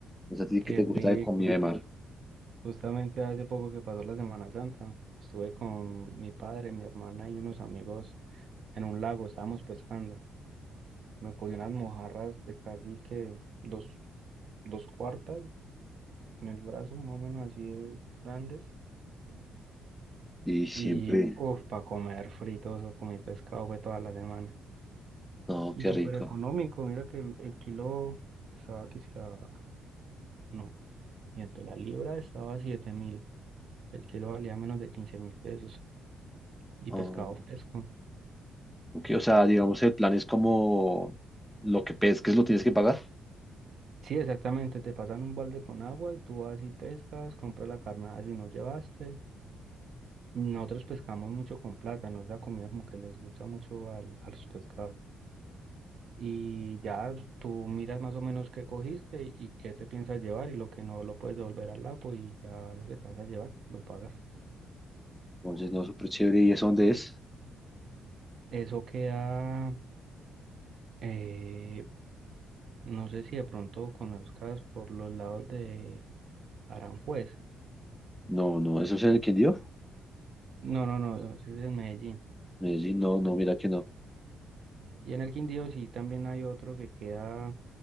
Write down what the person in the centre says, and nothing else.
No sé a ti
qué te
gusta de comida de mar.
Y siempre,
no,
qué
rico.
Oh,
ok, o sea, digamos, el plan es como lo que pesques lo tienes que pagar.
Entonces, no, súper chévere. ¿Y eso dónde es?
No, no, ¿eso es en el Quindío?
Medellín, no, no, mira que no.